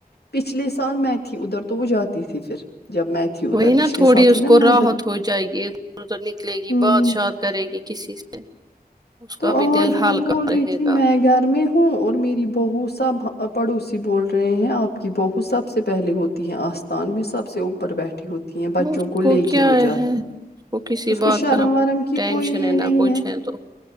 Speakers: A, on the left; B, on the right.
A: پچھلے سال میں تھی ادھر تو وہ جاتی تھی پھر جب میں تھی
B: وہی
A: ادھر
B: نا
A: پچھلے
B: تھوڑی
A: سال
B: اس
A: تھی نا
B: کو
A: میں ادھر
B: راحت ہو جائے گی ادھر ادھر نکلے گی
A: ہوں
B: بات شات کرے گی کسی سے اس کا
A: تو
B: بھی دل
A: آج
B: ہلکا
A: وہ بول
B: رہے
A: رہی تھی میں
B: گا
A: گھر میں ہوں اور میری بہو سب پڑوسی بول رہے ہیں آپ کی بہو سب سے پہلے ہوتی ہے آستھ ان میں سب سے اوپر بیٹھی ہوتی ہیں بچوں
B: اس
A: کو لے
B: کیا
A: کے وہ جات
B: ہے اس کسی
A: اس کو
B: بات
A: شرم
B: کا نہ
A: وارم کی
B: ٹینشن
A: کوئی یہ
B: نہ
A: نہیں
B: کچھ
A: ہے
B: تو